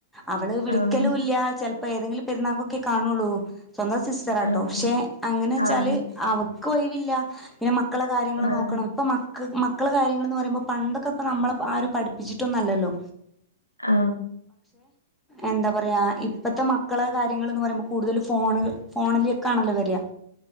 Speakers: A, in the centre; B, on the left.
A: അവള് വിളിക്കലും
B: ആഹ്.
A: ഇല്ല ചെ ഇപ്പൊ ഏതെങ്കിലും പെരുന്നാകൊക്കെ കാണുള്ളൂ സ്വന്തം സിസ്റ്ററാട്ടോ
B: ആഹ്.
A: ക്ഷെ അങ്ങനെച്ചാല്
B: ആഹ്.
A: അവ ഒഴിവില്ല പിന്നെ മ മക്കളെ കാര്യങ്ങൾ
B: ആഹ്.
A: നോക്കണം ഇപ്പൊ മ മക്കള് മക്കളെ കാര്യങ്ങളൾന്ന് പറയുമ്പോൾ പണ്ടൊക്കെ ഇപ്പോ നമ്മെ ആരും പഠിപ്പിച്ചിട്ടൊന്നുംഅല്ലല്ലോ
B: ആ
A: എന്താ പറയാ ഇപ്പത്തെ മക്കളെ കാര്യങ്ങൾന്ന് പറയുമ്പോൾ കൂടുതൽ ഫോണ് ഫോണിലേക്കാണല്ലോ വരാ